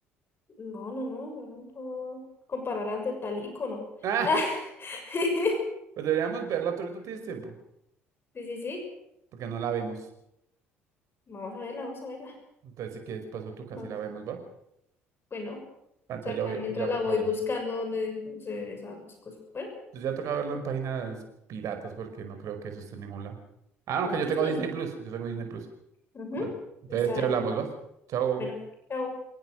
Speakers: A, on the left; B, on the right.
A: No, no, no, yo no puedo comparar ante tal ícono.
B: Ah,
A: <laughs>
B: pues deberíamos verla, tú ahorita tienes tiempo,
A: Sí, sí, sí,
B: porque no la vemos.
A: vamos a verla, vamos a verla.
B: Entonces, si quieres, paso tú casi
A: Vamos.
B: la vemos, ¿va?
A: Bueno,
B: Ah, Entonces
A: o sea, acá
B: ya voy,
A: mientras
B: ya
A: la
B: voy
A: voy
B: para
A: buscando
B: allá.
A: donde se ve esa, esa cosa. Bueno,
B: Entonces ya toca verlo en páginas piratas, porque no creo que eso esté en ningún lado. Ah, no,
A: o
B: que
A: en
B: yo
A: Disney.
B: tengo Disney Plus, yo tengo Disney Plus.
A: Ujú,
B: Bueno, entonces
A: Está
B: ya
A: ahí.
B: hablamos, ¿va? Chao.
A: Bueno, chao.